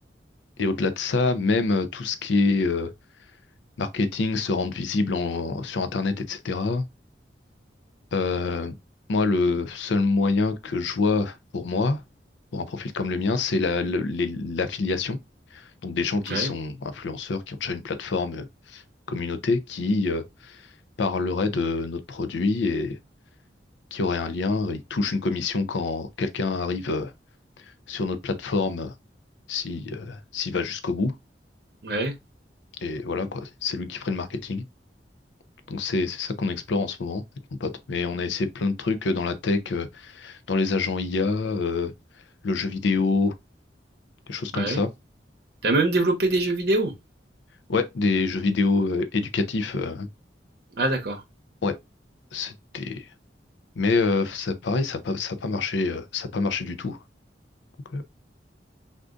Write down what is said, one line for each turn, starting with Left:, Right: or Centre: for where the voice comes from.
Left: et au-delà de ça, même euh, tout ce qui est euh, marketing, se rendre visible en- sur Internet, etc. euh, moi, le seul moyen que je vois pour moi, pour un profil comme le mien, c'est la, le- les- l'affiliation. Donc des gens qui
Right: Ouais,
Left: sont influenceurs, qui ont déjà une plateforme euh, communauté, qui euh, parlerait de notre produit et qui aurait un lien. Il touche une commission quand quelqu'un arrive euh, sur notre plateforme, euh, si, euh, s'il va jusqu'au bout.
Right: ouais,
Left: Et voilà, quoi, c'est lui qui ferait le marketing. Donc c'est c'est ça qu'on explore en ce moment avec mon pote. Mais on a essayé plein de trucs euh, dans la tech, euh, dans les agents IA, euh, le jeu vidéo, quelque chose comme
Right: ouais.
Left: ça.
Right: t'as même développé des jeux vidéo?
Left: Ouais, des jeux vidéo euh, éducatifs. euh,
Right: Ah d'accord.
Left: ouais, c'était. Mais euh, ça, pareil, ça n'a pas, ça a pas marché, euh, ça a pas marché du tout. Donc, euh,